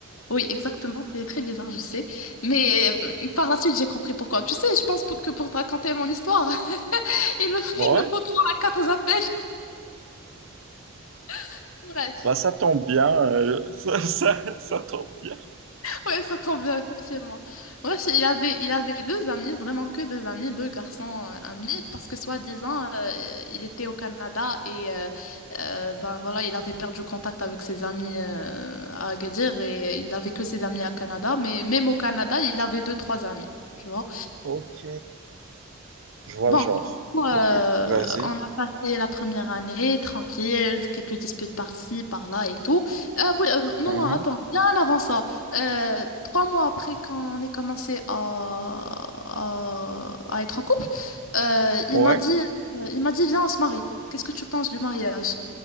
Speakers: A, on the left (about 75°); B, on the right (about 65°).
A: Oui, exactement, c'est très bizarre, je sais. Mais euh, par la suite, j'ai compris pourquoi. Tu sais, je pense pour- que pour te raconter mon histoire, <laughs> il me, il
B: Ouais,
A: nous faut trois à quatre appels. <laughs> Bref.
B: bah ça tombe bien, euh, <laughs> ça, ça, ça tombe bien.
A: Ouais, ça tombe bien, effectivement. Moi, j'ai- il avait, il avait deux amis, vraiment que deux amis, deux garçons euh, amis, parce que soi-disant, euh, il était au Canada et euh, euh, ben voilà, il avait perdu contact avec ses amis euh, à Agadir et il n'avait que ses amis à Canada, mais même au Canada, il avait deux, trois amis, tu vois.
B: Ok, je vois
A: Bon,
B: le genre.
A: du coup, euh,
B: Ok, vas-y.
A: on a passé la première année tranquille, quelques disputes par-ci, par-là et tout. Euh, oui, euh, non,
B: Mhm.
A: non, attends, bien avant ça, euh, trois mois après qu'on ait commencé à, à, à être en couple, euh, il
B: Ouais,
A: m'a dit, euh, il m'a dit, viens, on se marie. Qu'est-ce que tu penses du mariage?